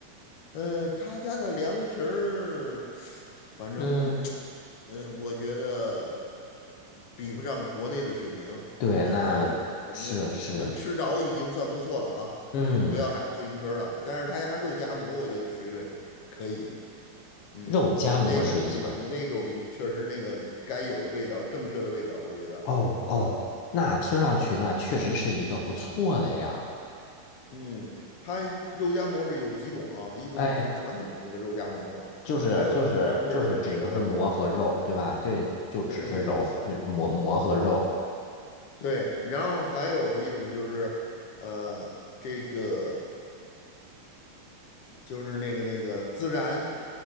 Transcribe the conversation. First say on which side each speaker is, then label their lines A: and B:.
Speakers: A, on the left (about 65°); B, on the left (about 85°).
A: 嗯呃，他家的凉皮儿，反正，
B: 嗯，
A: 呃，我觉得呃比不上国内的水平，
B: 对，
A: 但是呃能能吃着已经算不错了啊，
B: 那是是。嗯
A: 那就不要啥自行车了。但是他家肉夹馍，我觉得水准可以，嗯，
B: 肉夹馍水基本。
A: 有那个那有那种确实那个该有的味道，正确的味道，我觉得，
B: 哦哦，
A: 嗯
B: 那听上去那确实是一个不错的呀。
A: 嗯，他肉夹馍是有几种啊，一种是传统的那个肉夹馍。
B: 哎，就是就是就是只就是馍和肉，
A: 还有一种是那个
B: 对吧？对，就只是揉和那馍馍和肉。
A: 对对对对，然后还有一种就是，呃，这个就是那个那个孜然，